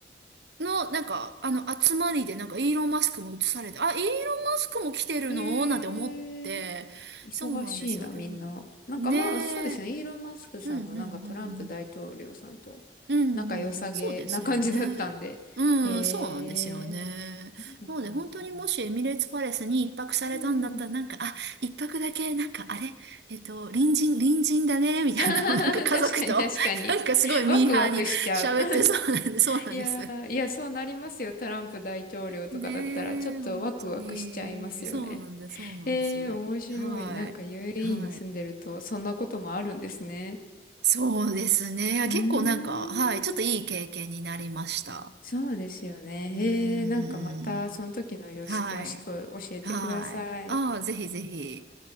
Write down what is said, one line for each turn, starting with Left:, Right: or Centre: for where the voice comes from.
Right: の、なんか、あの、集まりで、なんかイーロン・マスクも映されて、あ、イーロン・マスクも来てるのなんて思って、
Left: ええ、忙しいな、
Right: そうなんですよ。でも、
Left: みんな。なんかまあ、
Right: ねえ。
Left: そうですね。イーロン・マスクさんもなんかトランプ大統領さんと
Right: うん、うん、うん。うんうん、
Left: 仲良さげな感じだったんで。
Right: そうですよね。うん、
Left: へえ、
Right: そうなんですよね。
Left: そうなんだ。
Right: なので、本当にもしエミレーツパレスに一泊されたんだったら、
Left: うん。
Right: なんか、あ、一泊だけ、なんか、あれ、えっと、隣人、隣人だね、
Left: <laughs>
Right: みたいな、
Left: あはは確かに確かに。
Right: なんか家族と、<laughs> なんかすごいミーハーに喋って、
Left: ワクワクしちゃう。
Right: そうなんです、
Left: <laughs>
Right: そうなんです。
Left: いやー、いや、そうなりますよ。トランプ大統領とかだったら、
Right: ねえ、
Left: ちょっとワクワクしちゃいますよね。
Right: 本当に、そうなんです、そうなんです。
Left: えー、面白い。
Right: はい、
Left: なんか UAE
Right: はい。
Left: に住んでると、そんなこともあるんですね。
Right: そうですね。
Left: うーん。
Right: 結構なんか、はい、ちょっといい経験になりました。
Left: そうですよね。
Right: うーん。
Left: えー、なんかまた、その時の様子詳しく教えてください。
Right: はい。はい。ああ、ぜひぜひ。